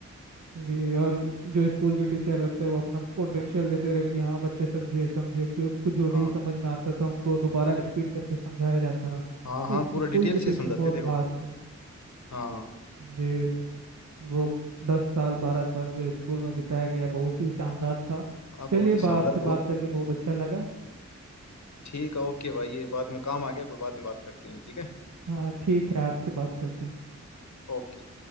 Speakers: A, on the right; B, on the left.
A: जी और जो स्कूल के टीचर रहते हैं वो अपना पोटेंशियल देते रहे कि हाँ बच्चे समझे समझे क्यों कुछ जो
B: हाँ
A: नहीं समझ में आता था उनको दोबारा रिपीट करके समझाया जाता रहा
B: हाँ
A: तो
B: हाँ पूरा
A: स्कूल
B: डिटेल
A: के
B: से
A: टीचर
B: समझाते
A: बहुत
B: थे वो
A: खास थे
B: हाँ
A: जी वो दस साल बारह साल जो स्कूल में बिताया गया बहुत ही शानदार था
B: हाँ
A: चलिए
B: बहुत ही
A: बा-
B: शानदार
A: आपसे
B: बहुत
A: बात करके बहुत अच्छा लगा
B: ठीक है ओके भाई ये बाद में काम आ गया कोई बाद में बात करते हैं ठीक है
A: हाँ ठीक है आपसे बात करते हैं
B: ओके